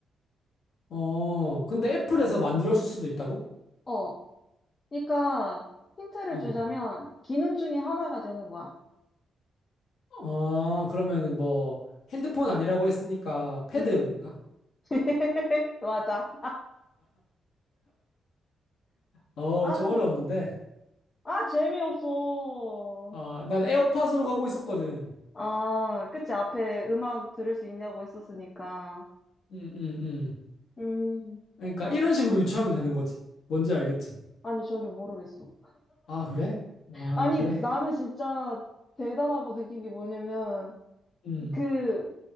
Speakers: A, on the left; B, on the left.
A: 어, 근데 애플에서 만들었을 수도 있다고?
B: 어. 그러니까 힌트를
A: 어,
B: 주자면 기능 중에 하나가 되는 거야.
A: 어, 그러면은 뭐, 핸드폰 아니라고 했으니까, 패드인가?
B: 응. <laughs> 맞아.
A: 어,
B: 아,
A: 좀 어려웠는데.
B: 아, 재미없어.
A: 아, 난 에어팟으로 가고 있었거든.
B: 아, 그치. 앞에 음악 들을 수 있냐고 했었으니까.
A: 음, 음, 음.
B: 음,
A: 그러니까
B: 맞았어.
A: 이런 식으로 유추하면 되는 거지. 뭔지 알겠지?
B: 아니, 전혀 모르겠어.
A: 아, 그래? 아,
B: 아니,
A: 그래?
B: 나는 진짜 대단하고 느낀 게 뭐냐면,
A: 음,
B: 그,